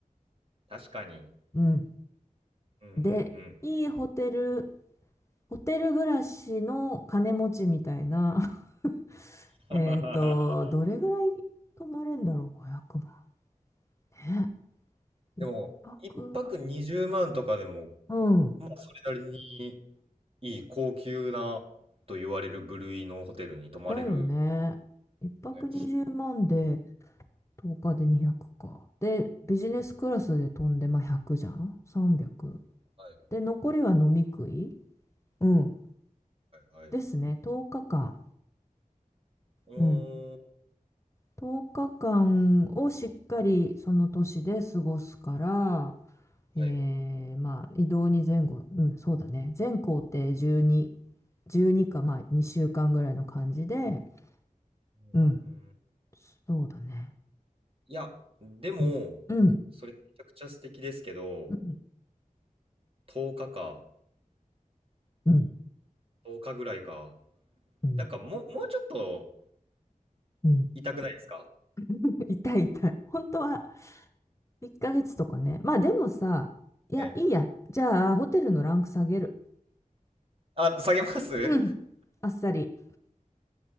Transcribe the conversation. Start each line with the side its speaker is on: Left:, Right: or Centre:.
Right: 確かに。
Left: うん。
Right: うんうんう
Left: で、
Right: ん。
Left: いいホテル、ホテル暮らしの金持ちみたいなえっと、
Right: <laughs>
Left: どれぐらい泊まれんだろう、500万。ね。一泊、
Right: でも、一泊20万とかでも、
Left: うん。
Right: まあ、それなりにいい高級なと言われる部類のホテルに泊まれる、
Left: だよね。一泊20万で、
Right: ね。
Left: 10日で200か。で、ビジネスクラスで飛んで、まあ、100じゃん ?300。
Right: はい
Left: で、残りは飲み食いうん。
Right: はいはい。
Left: ですね。10日間。
Right: うーん、
Left: うん。10日間をしっかりその年で過ごすから、えー、
Right: はい。う
Left: まあ、移動に前後、うん、そうだね。全行程12、12か、まあ、2週間ぐらいの感じで、
Right: ーん
Left: うん、そうだね。
Right: いや、でも、
Left: うん、うん、
Right: それめちゃくちゃ素敵ですけど、
Left: うん、
Right: 10日かか。
Left: う
Right: 10日ぐらいか。
Left: ん、
Right: なんか、もうもうちょっと
Left: うん。
Right: 痛くないですか？
Left: <laughs> 痛い痛い。本当は1ヶ月とかね。まあ、でもさ、いや、
Right: はい。
Left: いいや。じゃあ、ホテルのランク下げる。
Right: あ、下げます？
Left: うん、
Right: <laughs>
Left: あっさり。